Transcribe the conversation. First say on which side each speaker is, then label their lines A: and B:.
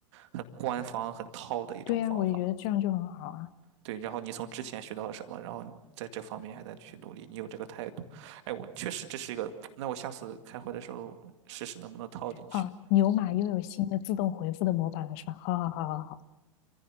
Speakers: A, on the right; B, on the left.
A: 很官方、很套的一种方法。
B: 对呀，我就觉得这样就很好啊。
A: 对，然后你从之前学到了什么，然后你在这方面还在去努力，你有这个态度，哎，我确实这是一个，<tsk> 那我下次开会的时候试试能不能套进去。
B: 好，牛马又有新的自动回复的模板了，是吧？好好好好好。